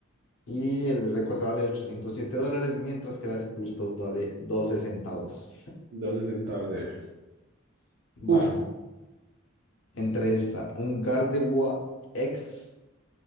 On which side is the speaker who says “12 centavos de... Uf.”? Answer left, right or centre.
Right